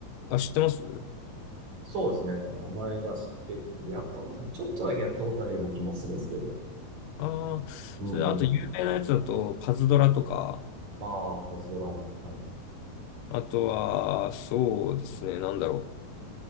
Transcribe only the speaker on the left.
あ、知ってます
ああー、
それ、あと、有名なやつだと、パズドラとか、
あとは、そうですね、なんだろ